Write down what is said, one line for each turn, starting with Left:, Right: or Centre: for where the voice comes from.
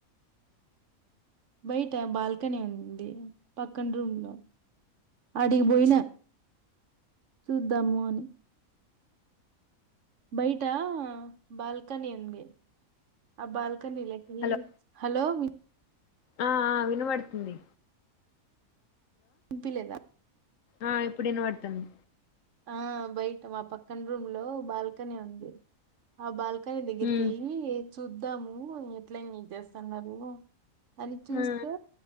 Right: బయట బాల్కనీ ఉందింది పక్కన రూమ్ లో అడిగిపోయినా చూద్దాము అని బయట బాల్కని ఉంది ఆ బాల్కని ల్
Left: హలో
Right: హలో మీ
Left: ఆ విను పడుతుంది
Right: తి లేదా
Left: ఆ ఇప్పుడు వినాడుతుంది
Right: ఆ బయట మా పక్కన రూమ్ లో బాల్కనీ ఉంది ఆ బాల్క కనీ దగ్గిరికి
Left: ఉమ్
Right: వెళ్లి చూద్దాము ఎట్ల న చేస్తున్నారు అని చూస్తే
Left: ఆ